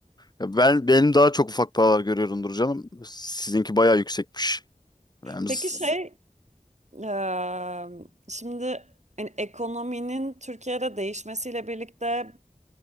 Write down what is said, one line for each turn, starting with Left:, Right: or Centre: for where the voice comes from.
Left: Ya Ben benim daha çok ufak paralar görüyorumdur canım. Sizinki bayağı yüksekmiş. Ben z-
Right: Peki şey, eee, şimdi hani ekonominin Türkiye'de değişmesiyle birlikte